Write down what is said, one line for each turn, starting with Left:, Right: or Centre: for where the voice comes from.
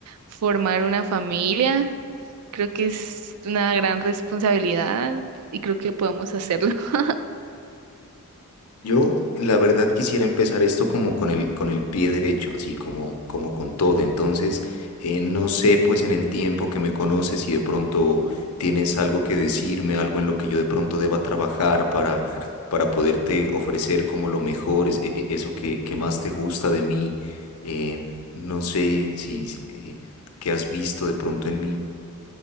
Right: formar una familia. Creo que es una gran responsabilidad y creo que podemos hacerlo. <laughs>
Left: Yo, la verdad, quisiera empezar esto como con el, con el pie derecho, así como, como con todo. Entonces, eh, no sé, pues en el tiempo que me conoces, si de pronto tienes algo que decirme, algo en lo que yo de pronto deba trabajar para, para poderte ofrecer como lo mejor, es- e- e- eso que, que más te gusta de mí. eh, no sé si, si, eh, qué has visto de pronto en mí.